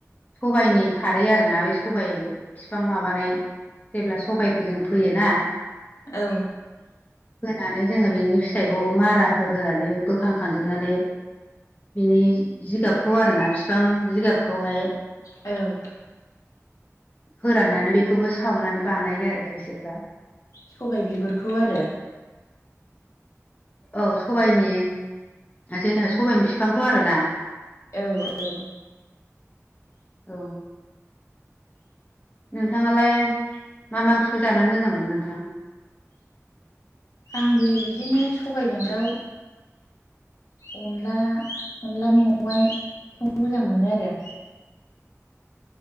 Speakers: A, on the left (about 30°); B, on the left (about 80°).
A: सबायनि खारै आरोना बे सबाय फिफां माबानाय जेब्ला सबायखौ जों फोयोना
B: औ।
A: होनानै जोङो बिनि फिथाइखौ माराफोर होनानै बोखांखांजोबनानै बिनि जिगाबखौ आरोना फिफां जिगाबखौहाय
B: औ।
A: फोराननानै बेखौबो सावनानै बानायो आरो खायसेफ्रा।
B: सबाइ बिगुरखौ आरो।
A: औ सबाइनि जेनेबा सबाइनि फिफांखौ आरोना।
B: औ-औ।
A: औ। नोंथाङालाय मा-मा ओंख्रिखौ जानानै मोजां मोनो नोंथां।
B: आंबो बिदिनो सबायजों दाउ अनला - अनला मेवाइ बेखौ मोजां मोनो आरो।